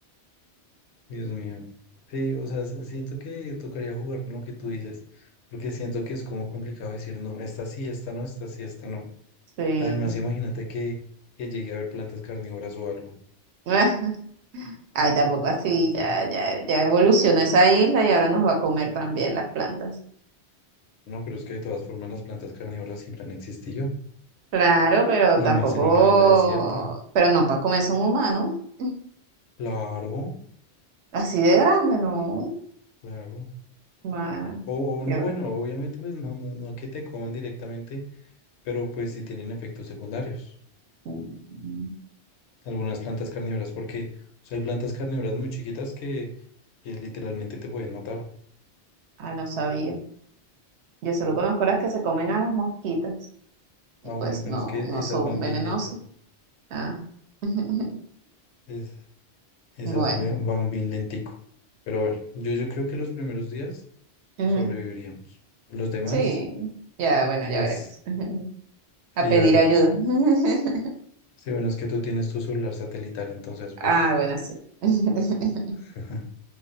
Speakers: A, on the left; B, on the right.
A: Dios mío. Sí, o sea, s- siento que tocaría jugar con lo que tú dices, porque siento que es como complicado decir, no, esta sí, esta no, esta sí, esta no.
B: Sí.
A: Además, imagínate que, que llegue a haber plantas carnívoras o algo.
B: <laughs> Ay, tampoco así, ya, ya, ya evolucionó esa isla y ahora nos va a comer también las plantas.
A: No, pero es que de todas formas las plantas carnívoras siempre han existido,
B: Claro, pero
A: y
B: tampoco,
A: más en una isla desierta.
B: pero no para comerse un humano, <laughs>
A: Claro,
B: así de grande, no.
A: claro.
B: Ma-
A: O, o no,
B: qué bra-
A: bueno, obviamente, pues no, no, no que te coman directamente pero pues sí tienen efectos secundarios.
B: mm,
A: Algunas plantas carnívoras, porque o sea, hay plantas carnívoras muy chiquitas que, que literalmente te pueden matar.
B: Ah, no sabía. Yo solo conozco las que se comen a las mosquitas
A: Ah,
B: y pues
A: bueno, pero
B: no,
A: es que
B: no
A: esas
B: son
A: van
B: venenosas.
A: bien lento.
B: Ah. <laughs>
A: Es- esas
B: Bueno,
A: ve- van bien lentico. Pero bueno, yo, yo creo que los primeros días
B: ujú,
A: sobreviviríamos. Los demás,
B: sí, ya, bueno, ya
A: pues,
B: veremos. <laughs>
A: ahí
B: A pedir
A: ya veremos.
B: ayuda. <laughs>
A: Sí, bueno, es que tú tienes tu celular satelital, entonces, pues,
B: Ah, bueno, sí. <laughs>
A: <laughs>